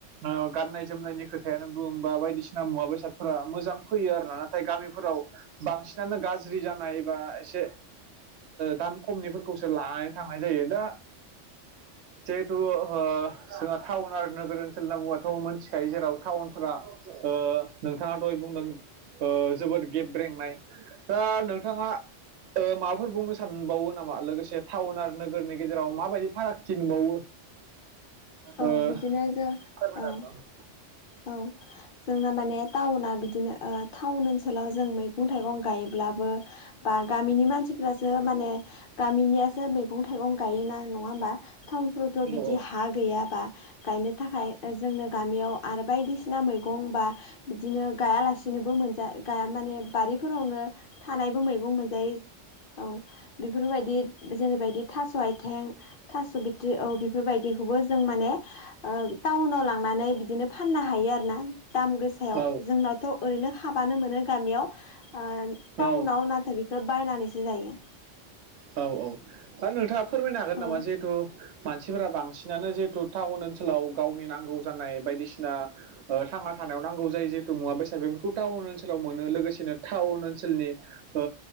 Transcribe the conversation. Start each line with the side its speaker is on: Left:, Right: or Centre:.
Right: ओ गाननाय जोमनायनि खोथायानो बुं बा बायदिसिना मुवा बेसादफोरा मोजां फैयो आरोना नाथाय गामिफोराव बांसिनानो गाज्रि जानाय बा एसे दाम खमनिफोरखौसो लानानै थांनाय जायो दा थु ओ जोंहा टाउन आरो नोगोर ओनसोल होना बुआाथ' मिथिखायो जेराव टाउनफोरा ओ नोंथाङा दहाय बुंदों ओ जोबोद गेबब्रेंनाय दा नोंथाङा ओ माबाफोर बुंनो सानबावो नामा लोगोसे टाउन आरो नोगोरनि गेजेराव माबायदि फारागथि नुबावो ओ
Left: औ बिदिनो जों औ औ जोंना माने टाउना बिदिनो ओ टाउन ओनसोलाव जों मैगं थाइगं गायोब्लाबो बा गामिनि मानसिफ्रासो माने गामिनियासो मैगं थाइगं गायोना नङा होमबा टाउनफ्रावथ'
Right: हागोन
Left: बिदि
Right: औ
Left: हा गैयाबा गायनो थाखाय ओ जोंनो गामियाव आरो बायदिसिना मैगं बा बिदिनो गायालासिनोबो मोनजा गाया माने बारिफोरावनो थानायबो मैगं मोनजायो औ बेफोरबायदि जेरैबायदि थास' आथिं थास' बिथरि औ बेफोरबायदिखौबो जों माने ओ टाउनाव लांनानै बिदिनो फाननो हायो आरो ना दाम गोसायाव
Right: औ
Left: जोंनावथ' ओरैनो हाबानो मोनो गामियाव ओ
Right: औ
Left: टाउनाव
Right: औ
Left: नाथाय बेखौ बायनानैसो जायो
Right: औ औ आरो दा नोंथाङा फोरमायनो हागोन
Left: औ
Right: नामा जिहेथु मानसिफोरा बांसिनानो जिहेथु टाउन ओनसोलाव गावनि नांगौ जानाय बायदिसिना थांना थानायाव नांगौ जाय जिहेतु मुवा बेसाद बेफोरखौ टाउन ओनसोलाव मोनो लोगोसेनो टाउन ओनसोलनि ओ